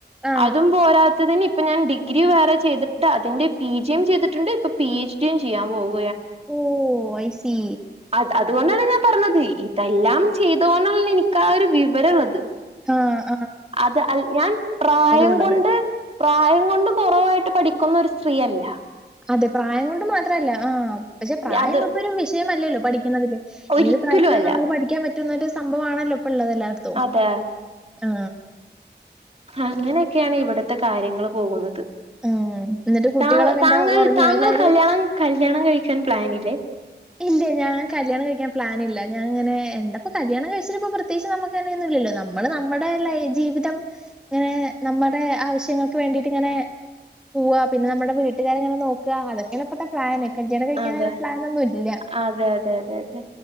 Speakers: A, in the centre; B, on the right.
A: ആ.
B: അതും പോരാത്തതിന്- ഇപ്പം ഞാൻ ഡിഗ്രി വേറെ ചെയ്തിട്ട് അതിൻ്റെ പി ജിയും ചെയ്തിട്ടുണ്ട് ഇപ്പോ പി എച്ച് ഡിയും ചെയ്യാൻ പോകും
A: ഓഹ് ഐസി
B: അത് അതുകൊണ്ടാണ് ഞാൻ പറഞ്ഞത് ഇതെല്ലാം ചെയ്‌തോളണം എനിക്കാ ഒരു വിവരവത്
A: ആഹ്
B: അത് അൽ ഞാൻ പ്രായം
A: ഉള്ളത്.
B: കൊണ്ട് പ്രായംകൊണ്ട് കൊറവായിട്ട് പടി ക്കുന്നൊര് സ്ത്രീ അല്ല
A: അതെ പ്രായം കൊണ്ട് മാത്രല്ല ആഹ് പക്ഷെ പ്രായം
B: അത്
A: ഇപ്പൊരു വിഷയം അല്ലല്ലോ പഠിക്കണതില്
B: ഒരിക്കലും
A: ഏത് പ്രായത്തിലും
B: അല്ല
A: നമുക്ക് പഠിക്കാൻ പറ്റ് റ്റ് ന്നോര് സംഭവാണല്ലോ ഇപ്പ ഉള്ളത് എല്ലായിടത്തും.
B: അതെ
A: ആ.
B: അങ്ങനെക്കാണ് ഇവിട് ഇപ്പഴത്തെ കാര്യങ്ങള് പോകുന്നത്
A: ഉം. എന്നിട്ട് കുട്ടികളൊക്കെ
B: താങ്ക്
A: എന്താ
B: താങ്കൾ
A: ഉറങ്ങിയോ
B: താങ്കൾ
A: എല്ലാരും?
B: കല്യാണം കല്യാണം കഴിക്കാൻ പ്ലാനില് ലെ
A: ഇല്യ ഞാൻ കല്യാണം കഴിക്കാൻ പ്ലാൻ ഇല്ലാ ഞാൻ ഇങ്ങനെ എന്തപ്പ കല്യാണം കഴിച്ചിട്ട് ഇപ്പ പ്രത്യേകിച്ച് നമ്മക്ക് അങ്ങനെന്നും ഇല്ലല്ലോ നമ്മള് നമ്മടെ ലൈ ജീവിതം ഇങ്ങനെ നമ്മടെ ആവശ്യങ്ങക്ക് വേണ്ടിട്ട് ഇങ്ങനെ പൂവ പിന്നെ നമ്മടെ വീട്ട്കാരെ ഇങ്ങനെ നോക്ക അതെക്കേണ് ഇപ്പത്ത പ്ലാന് കല്യാണം കഴിക്കാൻ
B: അതെ
A: അങ്ങനെ പ്ലാൻ ഒന്നും ഇൽ
B: അതെ അതെ അതെ അതെ